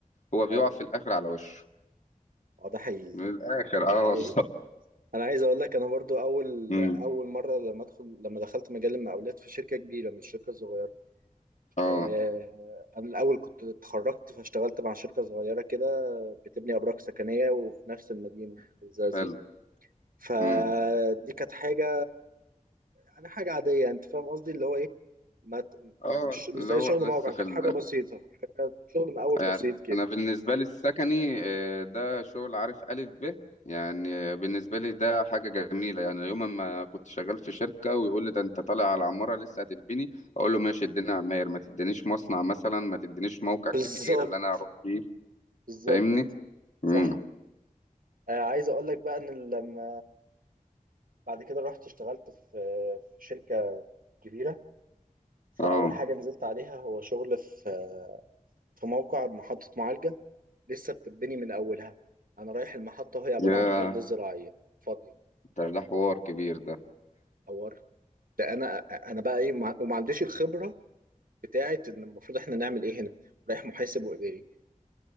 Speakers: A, on the left; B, on the right.
A: هو بيقع
B: اه
A: في الاخر على وشه
B: آه، ده حقيقي
A: من الاخر
B: ده
A: اه
B: حقيقي
A: والله
B: انا عايز اقول لك انا برضو اول
A: <laughs>
B: اول مره لما ادخل لما دخلت مجال المقاولات في شركه كبيره مش شركه صغيره
A: اه
B: آه، انا الاول كنت اتخرجت فاشتغلت مع شركه صغيره كده بتبني ابراج سكنيه وفي نفس المدينه في الزقازيق
A: حلو
B: فدي
A: امم
B: كانت حاجه يعني حاجه عاديه انت فاهم قصدي اللي هو ايه ما ت-
A: اه
B: مش مش
A: اللي
B: زي
A: هو
B: شغل
A: لسه
B: موقع
A: في
B: كانت
A: ال...
B: حاجه بسيطه كانت شغل من اول
A: يعني
B: بسيط كده
A: انا بالنسبه لي السكني آه، ده شغل عارف الف ب يعني آه، بالنسبه لي ده حاجه جميله يعني يوم ما كنت شغال في شركه ويقول لي ده انت طالع على عماره لسه هتبني اقول له ماشي اديني عماير ما تدينيش مصنع مثلا ما تدينيش موقع
B: بالظبط
A: كبير اللي انا اروح فيه
B: بالظبط
A: فاهمني امم
B: صح آه، عايز اقول لك بقى ان لما بعد كده رحت اشتغلت في في شركه كبيره فاول
A: اه
B: حاجه نزلت عليها هو شغل في في موقع محطه معالجه لسه بتتبني من أولها أنا رايح المحطة وهي عبارة
A: يا
B: عن أرض زراعية فاضية
A: ده ده حوار كبير ده
B: أور ده أنا أنا بقى إيه ما- وما عنديش الخبرة بتاعة إن المفروض إحنا نعمل إيه هنا رايح محاسب وإداري